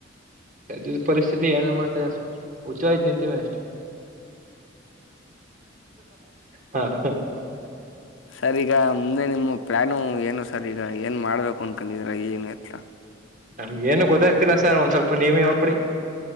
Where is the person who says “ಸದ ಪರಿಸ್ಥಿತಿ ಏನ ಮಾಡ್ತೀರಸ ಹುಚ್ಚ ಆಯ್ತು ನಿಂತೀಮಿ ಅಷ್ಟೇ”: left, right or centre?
Right